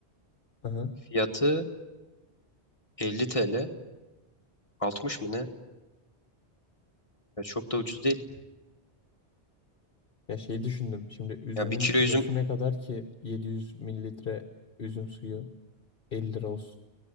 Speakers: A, on the left; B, on the left.
A: Hı hı.
B: fiyatı 50 TL 60 mı ne? Ya çok da ucuz değil.
A: Ya şey düşündüm. Şimdi üzümün
B: Ya bir kilo
A: kilosu
B: üzüm
A: ne kadar ki 700 mililitre üzüm suyu 50 lira olsun.